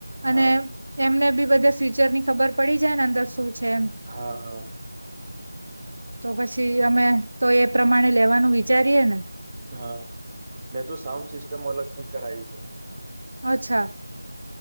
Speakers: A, on the right (about 15°); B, on the right (about 70°).
A: હા
B: અને એમને બી બધા ફ્યુચર ની ખબર પડી જાય ને અંદર શું છે એમ
A: હા હા.
B: તો પછી અમે તો એ પ્રમાણે લેવાનું વિચારીએ ને
A: હા મેં તો સાઉન્ડ સિસ્ટમ અલગથી કરાઈ છે.
B: અચ્છા